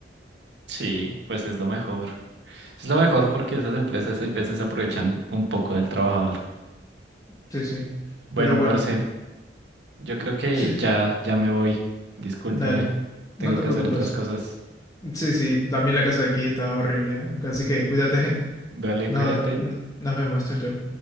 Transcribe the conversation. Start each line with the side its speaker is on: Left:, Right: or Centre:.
Right: <laughs> sí, pues es lo mejor. Es lo mejor porque esas empresas a veces se aprovechan un poco del trabajador.
Left: Sí, sí.
Right: Bueno,
Left: Pero bueno,
Right: parce, yo creo que
Left: sí,
Right: ya, ya me voy. Discúlpame,
Left: dale.
Right: tengo
Left: No te
Right: que
Left: preocupes.
Right: hacer otras cosas.
Left: Sí, sí, también la casa de aquí está horrible, ¿eh? Así que cuídate. <laughs>
Right: Dale,
Left: No,
Right: cuídate.
Left: no- nos vemos, chao, chao.